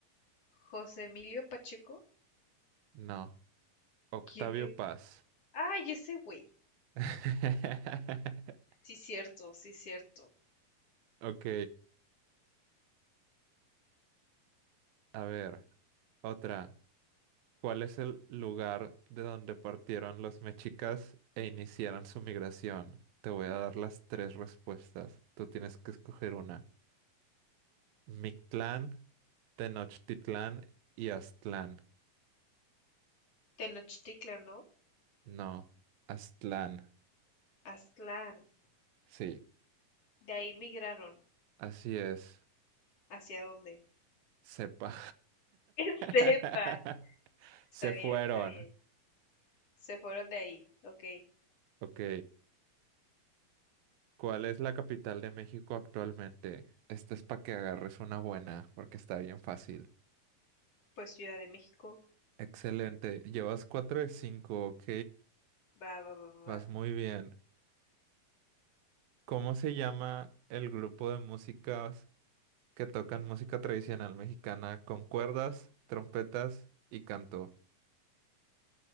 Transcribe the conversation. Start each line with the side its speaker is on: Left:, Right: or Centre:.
Left: José Emilio Pacheco.
Right: No. Octavio
Left: ¿Quién es?
Right: Paz.
Left: ¡Ay, ese güey!
Right: <laughs>
Left: Sí, cierto, sí, cierto.
Right: Ok, a ver, otra. ¿Cuál es el lugar de donde partieron los mexicas e iniciaron su migración? Te voy a dar las tres respuestas. Tú tienes que escoger una. Mictlán, Tenochtitlán y Aztlán.
Left: Tenochtitlan, ¿no?
Right: No, Aztlán.
Left: Aztlán.
Right: Sí,
Left: De ahí migraron.
Right: así es.
Left: ¿Hacia dónde?
Right: Sepa.
Left: <laughs> Sepa.
Right: <laughs>
Left: Está
Right: Se
Left: bien,
Right: fueron.
Left: está bien. Se fueron de ahí. Ok.
Right: Ok. ¿Cuál es la capital de México actualmente? Esta es para que agarres una buena, porque está bien fácil.
Left: pues Ciudad de México,
Right: Excelente. Llevas 4 de 5. ok.
Left: va, va, va,
Right: Vas
Left: va,
Right: muy bien. ¿Cómo se llama el grupo de músicas que tocan música tradicional mexicana con cuerdas, trompetas y canto?